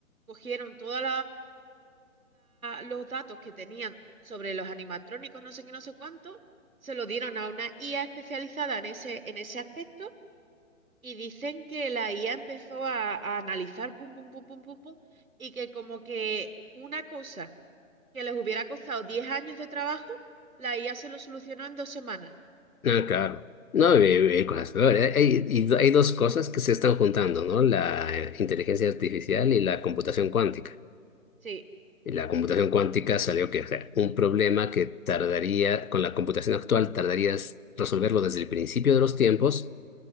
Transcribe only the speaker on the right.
cogieron todos los datos que tenían sobre los animatrónicos, no sé qué, no sé cuánto, se lo dieron a una IA especializada en ese, en ese aspecto y dicen que la IA empezó a, a analizar pum, pum, pum, pum, pum, pum, y que como que una cosa que les hubiera costado 10 años de trabajo, la IA se lo solucionó en dos semanas.
Sí.